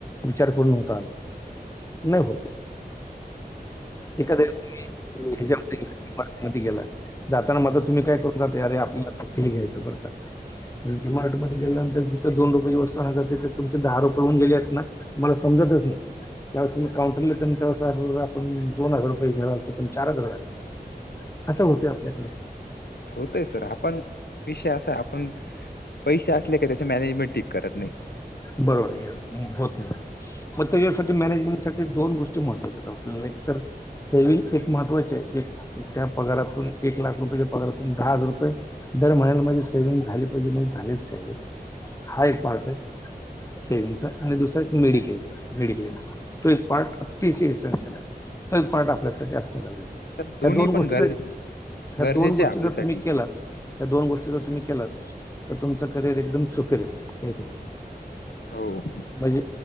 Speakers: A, on the left; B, on the left.
A: विचार करून नव्हता आलो. नाही होत. एखाद्या वेळी <unintelligible> आतमधी गेला. जाताना मग आता तुम्ही काय करून जाता, अरे आपल्याला फक्त हे घ्यायचं बरं का डी मार्ट मध्ये गेल्यानंतर जिथं दोन रुपयाचेही वस्तू होऊन जाते, तिथे तुमचे दहा रुपये होऊन गेले आहेत ना? मला समजतच नाही. त्यावेळेस तुम्ही काउंटरले येताव, त्यावेळेस आठवतं आपण दोन हजार रुपये घेणार होतो पण चार हजार झाले. असं होतंय आपल्याकडे.
B: होतंय सर. आपण, विषय असा आहे आपण पैशे असले का त्याच्या मॅनेजमेंट ठीक करत नाही.
A: बरोबर येस. होत नाही. मग त्याच्यासाठी मॅनेजमेंट दोन गोष्टी महत्वाच्या आहेत आपल्या. एक तर सेविंग एक महत्त्वाची आहे. एक त्या पगारातून, एक लाख रुपयाच्या पगारातून दहा हजार रुपये दर महिन्याला माझी सेव्हिंग झाली पाहिजे म्हणजे झालीचं पाहिजे. हा एक पार्ट आहे. सेव्हिंगचा आणि दुसरा एक मेडिक्लेम चा. मेडिक्लेम चा. तो एक पार्ट अतिशय इसेनशियल आहे. हे पार्ट आपल्यासाठी असणं गरजेचे आहे.
B: सर दोन्ही
A: ह्या दोन
B: पण
A: गोष्टींचा.
B: गरजे
A: हया
B: गरजेचे
A: दोन गोष्टी
B: आहे आपल्यासाठी.
A: जर तुम्ही केला या दोन गोष्टी जर तुम्ही केलात. तर तुमचं करिअर एकदम सुखी राहील.
B: हो.
A: म्हणजे,